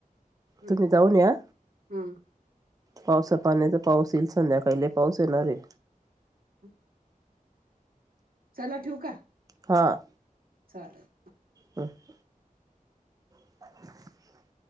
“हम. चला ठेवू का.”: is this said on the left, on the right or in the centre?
Right